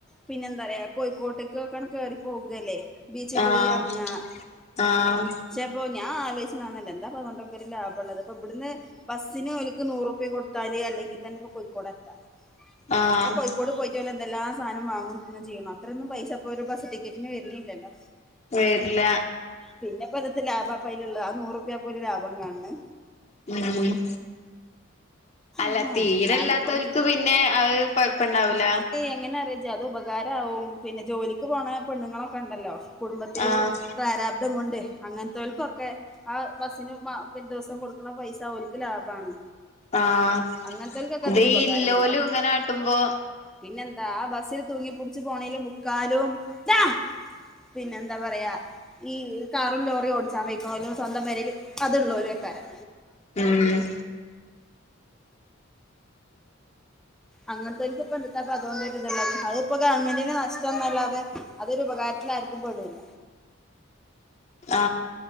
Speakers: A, in the centre; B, on the left.
A: പിന്നെന്താ പറയാ കോഴിക്കോട്ടേക്ക്ക്ക കേറി പോകല്ലേ ബീച്ച്
B: ആഹ്
A: പോയി എറങ്ങാ
B: ആഹ്
A: പക്ഷേ പ്പോൾ ഞാൻ ആലോചിച്ച ആന്നല്ല എന്താപ്പതൊണ്ടരു ലാഭംള്ളത് പ്പ ഇബട്ന്ന് ബസ്സിന് ഓൽക് നൂറുപിയ കൊടുത്താല് അല്ലെങ്കി തന്നെ ഇപ്പ കോഴിക്കോടെത്താം
B: ആഹ്
A: അപ്പ കോഴക്കോട് പോയി പറ്റല്ല എന്തെല്ലാ സാധനം വാങ്ങുന്നന്നും ചെയ്യണം അത്രൊന്നും പൈസ ഇപ്പൊ ഒരു ബസ് ടിക്കറ്റിന് വരുന്നില്ലല്ലോ
B: വരില്ല
A: പിന്നെപ്പതത്തെ ലാഭാ പലള്ള ആ നൂറുപ്യ പോലും ലാഭം കാണണ്
B: ഉം അല്ല
A: ആഹ്
B: തീരെല്ലാത്തോൽക്ക്
A: ഞാനും പോയിട്ടില്ല
B: പിന്നെ അഹ് കൊഴപ്പണ്ടാവൂല.
A: എങ്ങനെറിയോ ജ് അത് ഉപകാരവും പിന്നെ ജോലിക്ക് പോണ പെണ്ണുങ്ങളൊക്കെ ഇണ്ടല്ലോ കുടുംബത്തില്
B: ആഹ്
A: പ്രാരാ ദം കൊണ്ട് അങ്ങൻതോൽക്കൊക്കെ ആ ബസ്സിന് പി ദിവസം കൊടുക്കണ പൈസ ഓൽക്ക് ലാഭാണ്.
B: ആഹ്
A: അങ്ങനത്തെവർക്കൊക്കെ
B: ഇതില്ലോലും
A: അതൊരു ഉപകാരമാണ് അല്ലാതെ
B: ഇങ്ങനൊകാട്ടുമ്പോ
A: പിന്നെന്താ ബസ്സിൽ തൂങ്ങിപുടിച്ച് പോണീല് മുക്കാലും ടാ പിന്നെഎന്താ പറയാ ഈ കാറും ലോറി ഓടിച്ചാ വെയ്ക്ക്ണോലും സ്വന്തം പേരില് അത് ഉള്ളൊരുക്കാരം.
B: ഉം
A: അങ്ങൻ തോൽക്ക് ഇപ്പ എന്ത്‌താപ്പ അതോണ്ട് ഒര് ഇത്ള്ളത് അത് ഇപ്പ ഗവൺമെന്റിന് നഷ്ട്ടം ന്നല്ലാതെ. അതൊരു ഉപകാരത്തിലാര്ക്കും പെടൂല.
B: ആ